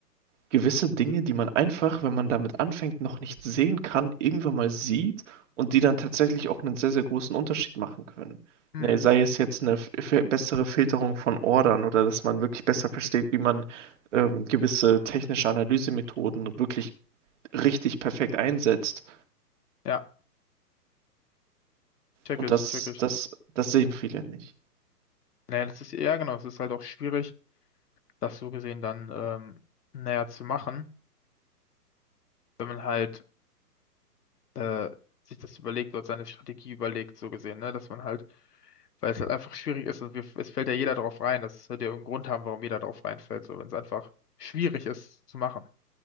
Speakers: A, on the right (about 50°); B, on the left (about 70°).
A: gewisse Dinge, die man einfach, wenn man damit anfängt, noch nicht sehen kann, irgendwann mal sieht und die dann tatsächlich auch einen sehr, sehr großen Unterschied machen können.
B: Mhm.
A: Ne, sei es jetzt eine f- f- bessere Filterung von Ordern oder dass man wirklich besser versteht, wie man ähm, gewisse technische Analysemethoden wirklich richtig perfekt einsetzt.
B: Ja, check
A: Und
B: ich,
A: das,
B: check ich.
A: das, das sehen viele nicht.
B: Naja, das ist, ja genau, es ist halt auch schwierig, das so gesehen dann ähm, näher zu machen, wenn man halt äh, sich das überlegt oder seine Strategie überlegt, so gesehen, ne? Dass man halt, weil es halt einfach schwierig ist und wir, es fällt ja jeder drauf rein, das wird ja irgendeinen Grund haben, warum jeder drauf reinfällt, so wenn es einfach schwierig ist zu machen.